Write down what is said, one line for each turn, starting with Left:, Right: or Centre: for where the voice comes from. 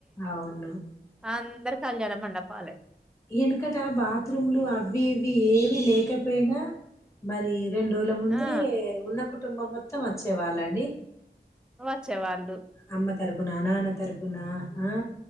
Left: అవును
Centre: అందరు కళ్యాణ మండపాలే
Left: వెనుకట బాత్రూమ్లు అవి ఇవి ఏవి లేకపోయినా మరి రెండు రోజుల ముందే
Centre: ఆ
Left: ఉన్న కు కుటుంబం మొత్తం వచ్చేవాళ్ళు అండి
Centre: వచ్చేవాళ్ళు
Left: అమ్మ తరపునా నాన్న తరపునా ఆ